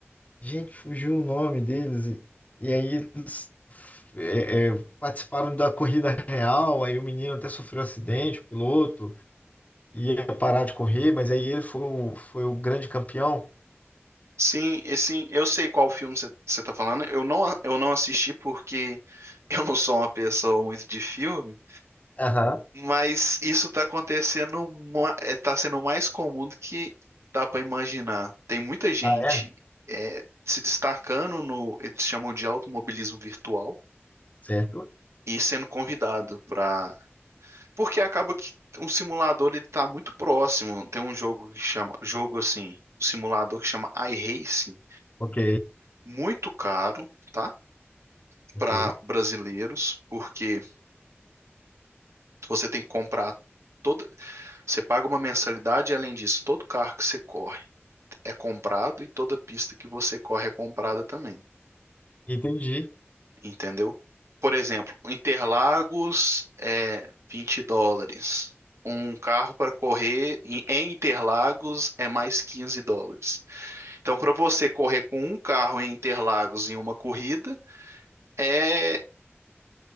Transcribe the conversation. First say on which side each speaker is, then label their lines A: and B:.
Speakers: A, on the left; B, on the right.
A: gente, fugiu o nome deles, e, e aí eles é, é, participaram da corrida real, aí o menino até sofreu acidente, o piloto ia parar de correr, mas aí ele foi o, foi o grande campeão.
B: Sim, e sim, eu sei qual filme você você tá falando. Eu não, a- eu não assisti porque <laughs> eu não sou uma pessoa muito de filme.
A: Aham.
B: Mas isso tá acontecendo, ma- é, tá sendo mais comum do que dá pra imaginar. Tem muita gente
A: Ah, é?
B: é, se destacando no, eles chamam de automobilismo virtual,
A: Certo.
B: e sendo convidado pra. Porque acaba que um simulador ele tá muito próximo. Tem um jogo que chama, jogo assim, um simulador que chama iRacing,
A: Ok.
B: muito caro, tá?
A: Ok.
B: Para brasileiros, porque você tem que comprar toda, você paga uma mensalidade e além disso, todo carro que você corre é comprado e toda pista que você corre é comprada também,
A: Entendi.
B: entendeu? Por exemplo, Interlagos é 20 dólares. Um carro para correr em em Interlagos é mais 15 dólares. Então, para você correr com um carro em Interlagos em uma corrida, é